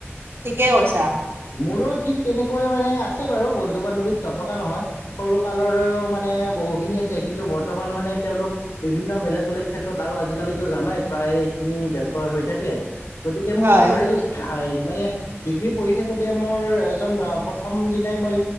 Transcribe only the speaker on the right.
ঠিকে কৈছা।
হয়